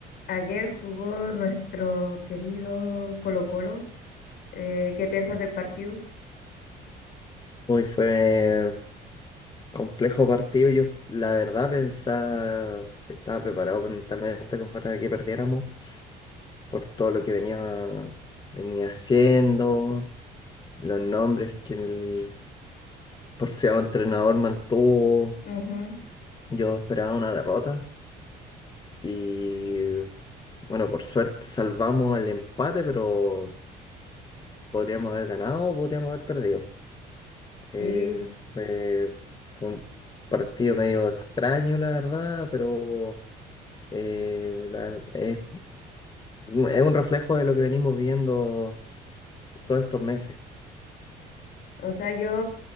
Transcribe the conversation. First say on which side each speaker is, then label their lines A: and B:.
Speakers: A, on the left (about 65°); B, on the left (about 25°).
A: Ayer jugó nuestro querido Colo-Colo. Eh, ¿qué piensas del partido?
B: Hoy fue complejo partido. Yo, la verdad, pensaba, estaba preparado mentalmente como para que perdiéramos por todo lo que venía, venía haciendo, los nombres que el porfiado entrenador mantuvo.
A: Ujú,
B: Yo esperaba una derrota y, bueno, por suerte salvamos el empate, pero podríamos haber ganado o podríamos haber perdido.
A: Sí.
B: Eh, eh, fue un partido medio extraño, la verdad, pero eh, la- es, es un reflejo de lo que venimos viendo todos estos meses.
A: O sea, yo